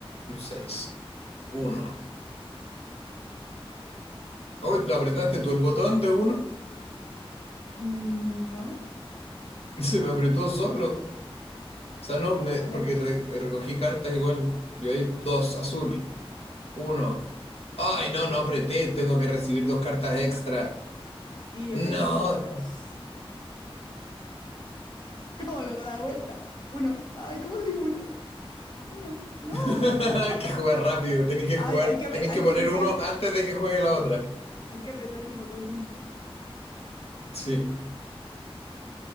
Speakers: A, on the left; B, on the left.
A: Un seis. Uno. Hoy lo apretaste
B: Yo
A: tú el botón de uno,
B: Mm, No,
A: <laughs> se me apretó solo. O sea, no, me,
B: ahora
A: porque re- recogí cartas igual. Yo ahí dos, azul, uno. Ay, no,
B: yo
A: no
B: tengo.
A: apreté, tengo que recibir dos cartas extra.
B: Y
A: No,
B: yo te tiro más dos. <laughs> ¿Cómo lo da vuelta? Uno. Ay, ¿cómo digo uno? Uno. No.
A: <laughs>
B: <laughs>
A: hay que jugar rápido, tenéis que
B: Ay,
A: jugar,
B: hay que, apre-
A: tenéis
B: hay
A: que poner
B: que apretar
A: uno
B: el,
A: antes de que juegue la otra.
B: hay que apretar el botón uno.
A: Sí,